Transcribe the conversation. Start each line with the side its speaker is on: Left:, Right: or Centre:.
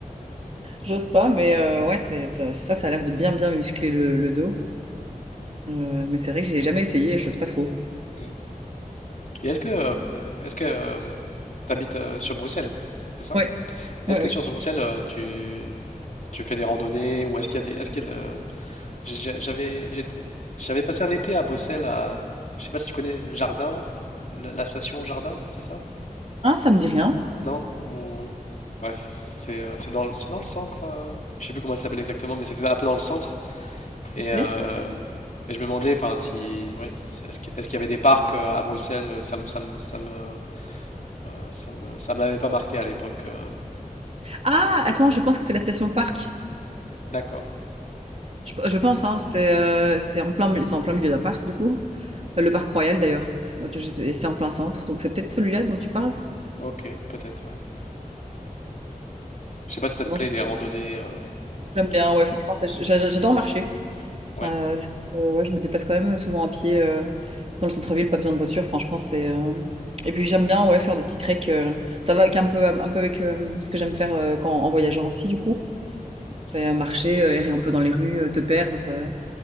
Right: J'ose pas, mais euh, ouais, c'est, ça, ça, ça a l'air de bien, bien muscler le, le dos. Euh, mais c'est vrai que j'ai jamais essayé, j'ose pas trop.
Left: Mm. Et est-ce que euh, est-ce que euh, t'habites euh, sur Bruxelles, c'est ça?
Right: Ouais,
Left: Est-ce
Right: ouais,
Left: que
Right: ouais.
Left: sur ce Bruxelles euh, tu tu fais des randonnées ou est-ce qu'il y a des est-ce qu'il y a de- J'ai- J'avais j'étais- j'avais passé un été à Bruxelles, à, je sais pas si tu connais le jardin, la la station Jardin, c'est ça?
Right: Ah, ça me dit rien.
Left: Non? Ou- Bref, c'est euh, c'est dans, le- c'est dans le centre, euh, je sais plus comment elle s'appelle exactement, mais c'était un peu dans le centre. Et,
Right: Ok.
Left: euh, et je me demandais, enfin, si, ouais, si- est-ce qu'il est-ce qu'il y avait des parcs euh, à Bruxelles? Ça me, ça me, ça me, euh, ça me- ça m'avait pas marqué à l'époque. euh.
Right: Ah, attends, je pense que c'est la station parc.
Left: D'accord,
Right: Je, je pense, hein, c'est euh, c'est en plein, mi- c'est en plein milieu d'un parc, du coup. Euh, Le parc Royal, d'ailleurs. Je- je- Et c'est en plein centre, donc c'est peut-être celui-là dont tu parles.
Left: ok, peut-être, ouais. Je sais pas si ça te
Right: Ouais.
Left: plaît les randonnées euh,
Right: J'aime
Left: ou les.
Right: bien, ouais, franchement, c'est- j'a- j'adore marcher.
Left: Ouais.
Right: Euh, c'est- euh, ouais, je me déplace quand même souvent à pied euh, dans le centre-ville, pas besoin de voiture, franchement, c'est... euh, Et puis j'aime bien, ouais, faire des petits treks. euh, Ça va avec un peu, un peu avec euh, ce que j'aime faire euh, quand, en voyageant aussi, du coup. C'est euh, marcher, euh, errer un peu dans les rues, euh, te perdre. euh,